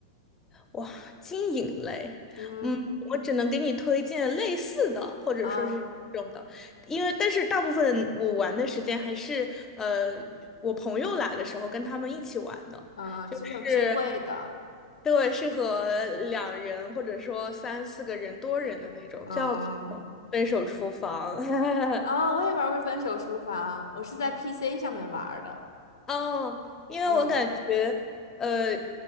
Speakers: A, on the left (about 20°); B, on the left (about 85°).
A: 哇，经营类，
B: 嗯
A: 嗯，我只能给你推荐类似的，或者说是这种的，
B: 嗯
A: 因为但是大部分我玩的时间还是呃我朋友来的时候跟他们一起玩的，
B: 嗯，就那种聚会的，
A: 是，对，是和两人或者说三四个人多人的那种，
B: 嗯
A: 叫做分手厨房。<laughs>
B: 啊，我也玩过《分手厨房》，我是在 PC 上面玩儿的。
A: 哦，因为我感觉，
B: 嗯
A: 呃，